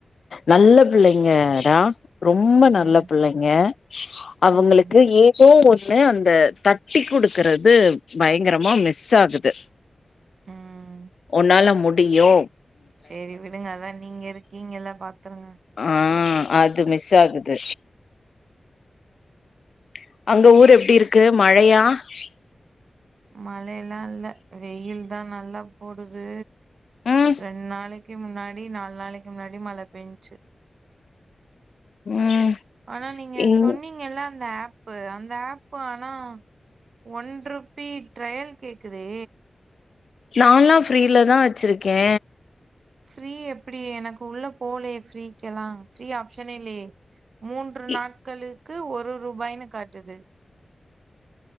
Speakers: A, on the left (about 75°); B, on the right (about 80°).
A: நல்ல பிள்ளைங்க ரா ரொம்ப
B: ம்
A: நல்லப் ங்க அவுங்களுக்கு
B: ம்
A: ஏ தோ ஒன்னு அந்த தட்டி குடுக்குறது பயங்கரமா மிஸ் ஆகுது
B: ம்
A: ஒன்னால மு டியு
B: சேரி விடுங்க அதா நீங்க இருக்கீங்கல்ல பா த்துங்க
A: ஆ அது மிஸ் ஆகுது <inaudible> அந்த ஊர்
B: சேரி
A: எப்டி இருக்கு மழையா? <unintelligible>
B: மழைலா இல்ல வெயில் தா நல்லா போடுது
A: ம்
B: ரெண் நாளைக் கு முன்னாடி நால் நாளைக்கு முன்னாடி மழ பேஞ்ச்சு
A: ம்
B: ஆனா நீங்க
A: இங்
B: சொன்னீங்கெல்ல அந்த ஆப் பு அந்த ஆப்பு ஆனா ஒன் ருப்பீ ட்ரயல் கேக்குதே
A: நால்லா ஃப்ரீல தா வச்சுருக்கே
B: ஃப்ரீ எப்பிடி எனக்கு உள்ள போலயே ஃப்ரீ க்கெலா ஃப்ரீ ஆப்ஷனே இல்லயே மூன்று
A: இ
B: நாட்களுக் கு ஒரு ரூ பாய்னு காட்டுது